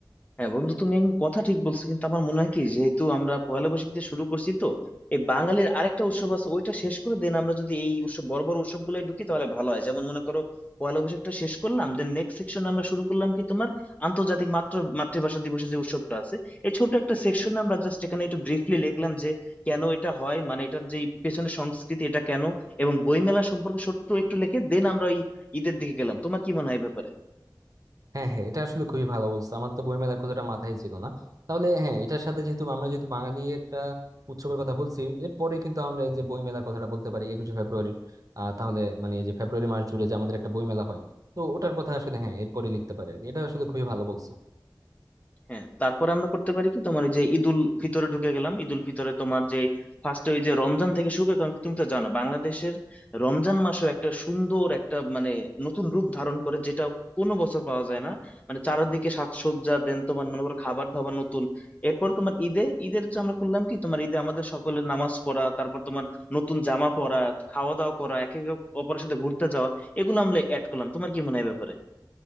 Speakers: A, on the left (about 20°); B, on the right (about 50°).
A: হ্যাঁ বন্ধু তুমি একদম কথা ঠিক বলছো কিন্তু আমার মনে হয় কি যেহেতু আমরা পয়লা বৈশাখ দিয়ে শুরু করছি তো এই বাঙালির আরেকটা উৎসব আছে ওইটা শেষ করে দেন আমরা যদি এই উৎসব বড় বড় উৎসব গুলো ঢুকি তাহলে ভালো হয় যেমন মনে করো পয়লা বৈশাখটা শেষ করলাম দেন নেক্সট সেকশন আমরা শুরু করলাম কি তোমার আন্তর্জাতিক মাতৃ মাতৃভাষা দিবসের যে উৎসবটা আছে এই ছোট একটা সেকশন আমরা জাস্ট এখানে একটু ব্রিফলি লিখলাম যে কেন এটা হয় মানে এটার যে পেছনে সংস্কৃতি এটা কেন এবং বইমেলা সম্পর্কে ছোট্ট একটু লিখে দেন আমরা ওই ঈদের দিকে গেলাম তোমার কি মনে হয় এই ব্যাপারে
B: হ্যাঁ হ্যাঁ এটা আসলে খুবই ভালো বলছো আমার তো বইমেলার কথাটা মাথায় ছিল না তাহলে হ্যাঁ এটার সাথে যেহেতু আমরা যেহেতু বাঙালি একটা উৎসবের কথা বলছি এরপরে কিন্তু আমরা এই যে বইমেলার কথাটা বলতে পারি একুশে ফেব্রুয়ারি আহ তাহলে মানে এই যে ফেব্রুয়ারি মাস জুড়ে যে আমাদের একটা বইমেলা হয় তো ওটার কথা আসলে হ্যাঁ এরপরে লিখতে পারি আর কি। এটা আসলে খুবই ভালো বলছো
A: হ্যাঁ তারপরে আমরা করতে পারি কি তোমার ওই যে ঈদুল ফিতরে ঢুকে গেলাম ঈদুল ফিতরে তোমার যে ফার্স্টে ওই যে রমজান থেকে শুরু করে কারণ কি তুমি তো জানো বাংলাদেশের রমজান মাসও একটা সুন্দর একটা মানে নতুন রূপ ধারণ করে যেটা কোনো বছর পাওয়া যায় না মানে চারিদিকে সাজসজ্জা দেন তোমার মনে করো খাবার দাবার নতুন এরপর তোমার ঈদে ঈদের যে আমরা করলাম কি তোমার ঈদে আমাদের সকলের নামাজ পড়া তারপর তোমার নতুন জামা পরা খাওয়া দাওয়া করা একে একে অপরের সাথে ঘুরতে যাওয়া এগুলো আমরা অ্যাড করলাম তোমার কি মনে হয় এ ব্যাপারে